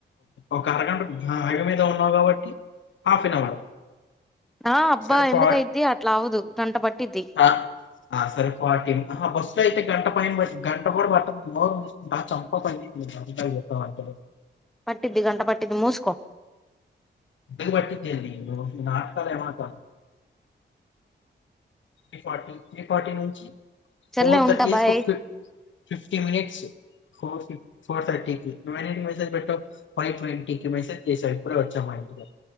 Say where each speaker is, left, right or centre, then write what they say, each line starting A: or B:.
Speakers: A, on the left; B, in the centre.
A: ఒక అరగంట హగ మీద ఉన్నావు కాబట్టి హాఫ్ అన్ అవర్
B: ఆ అబ్బా
A: సరే ఫార్ట్
B: ఎందుకయిద్ది అట్లా అవదు గంట పట్టిద్ది
A: ఆ, ఆ సరే ఫార్టీన్ బస్సు అయితే గంట పైన గంట కూడా పడుతు నోరం తీసుకుంటా చం పనితాంట
B: పట్టిద్ది గంట పట్టద్ది ముూస్కో
A: ఇ పట్టితే నాటకాల ఏ మాత్ర త్రి ఫటీ త్రీ ఫార్టీ నుంచి
B: చల్లే
A: ఫోర్
B: ఉంటా
A: థర్టీ వేసుకో
B: బాయ్
A: ఫిఫ్టీ మినిట్స్ ఫ ఫఫ ఫోర్థర్టీకి మ మెసజ్ పెట్టా ఫైవ్ ట్వంటీ కి మెసేజ్ చేసా ఇప్పుడే వచ్చా మా ఇంటికిారు